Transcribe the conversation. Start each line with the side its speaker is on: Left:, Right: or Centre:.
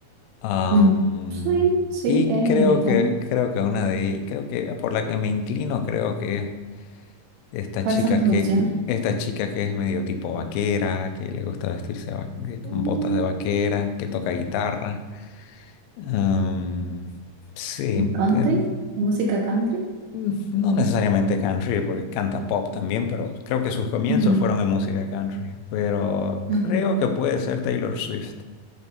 Left: Am,
Right: Mm, Sí, sí,
Left: y
Right: es
Left: creo
Right: americana.
Left: que, creo que una de, creo que por la que me inclino, creo que es esta
Right: ¿Cuáles
Left: chica
Right: son tus
Left: que,
Right: opciones?
Left: esta chica que es medio tipo vaquera, que le gusta vestirse va- de- con
Right: Mm,
Left: botas de vaquera, que toca guitarra. Am, sí,
Right: ¿Country?
Left: em,
Right: ¿Música country?
Left: no necesariamente country, porque canta pop también, pero creo que sus comienzos
Right: Ujú,
Left: fueron en música country. Pero
Right: ujú.
Left: creo que puede ser Taylor Swift.